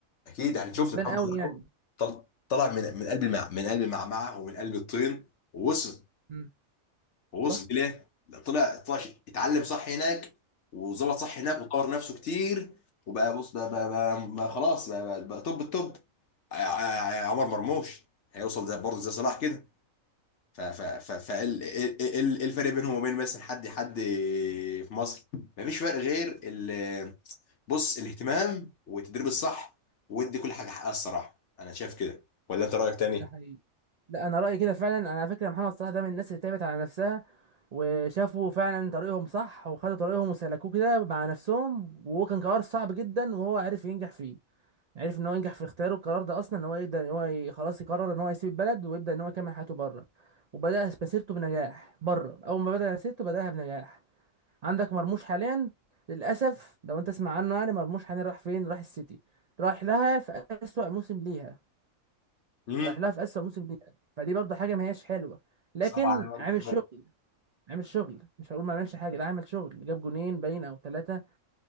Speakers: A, on the left (about 60°); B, on the right (about 75°).
A: اكيد يعني شفت
B: بتبان
A: محمد
B: قوي
A: صلاح
B: يعني
A: أهو، طل... طلع من من قلب المع... من قلب المعمعه ومن قلب الطين ووصل
B: امم
A: ووصل
B: صح
A: ليه؟ لا طلع طلع ش- اتعلم صح هناك وظبط صح هناك وطور نفسه كتير وبقى بص بقى, بقى, بقى, بقى خلاص بقى, بقى, بقى توب التوب ع- ع- عمر مرموش هيوصل زي برضه زي صلاح كده ف ف ف ف ال- ال- ال- الفرق بينهم وبين مثلا حد حد في مصر مفيش فرق غير ال- بص الاهتمام والتدريب الصح ودي كل حاجه حقها الصراحه انا شايف كده ولا انت رايك تاني؟
B: ده حقيقي لا انا رايي كده فعلا انا على فكره محمد صلاح ده من الناس اللي تعبت على نفسها وشافوا فعلا طريقهم صح وخدوا طريقهم وسلكوه كده مع نفسهم وهو كان قرار صعب جدا وهو عرف ينجح فيه عرف ان هو ينجح في اختياره القرار ده اصلا ان هو يقدر ان هو ي- خلاص يقرر ان هو يسيب البلد ويبدا ان هو يكمل حياته بره وبدا مسيرته بنجاح بره اول ما بدا مسيرته بداها بنجاح عندك مرموش حاليا للاسف لو انت تسمع عنه يعني مرموش حاليا راح فين راح السيتي راح لها في اسوأ موسم ليها
A: امم
B: رايح لها في اسوأ موسم ليها فدي برضه حاجه ما هياش حلوه لكن
A: صعب عليا
B: عامل
A: برضه
B: شغل عامل شغل مش هقول ما عملش حاجه لا عامل شغل جاب جونين باين او ثلاثه